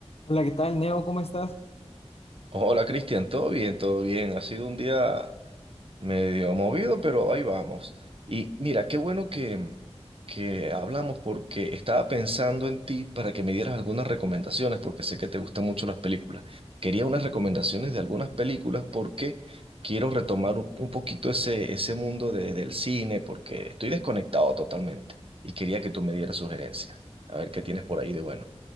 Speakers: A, on the left; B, on the right.
A: Hola, ¿qué tal, Neo? ¿Cómo estás?
B: Hola Cristian, todo bien, todo bien. Ha sido un día medio movido, pero ahí vamos. Y mira, qué bueno que, que hablamos porque estaba pensando en ti para que me dieras algunas recomendaciones, porque sé que te gustan mucho las películas. Quería unas recomendaciones de algunas películas porque quiero retomar un un poquito ese, ese mundo de- del cine, porque estoy desconectado totalmente y quería que tú me dieras sugerencias. A ver qué tienes por ahí de bueno.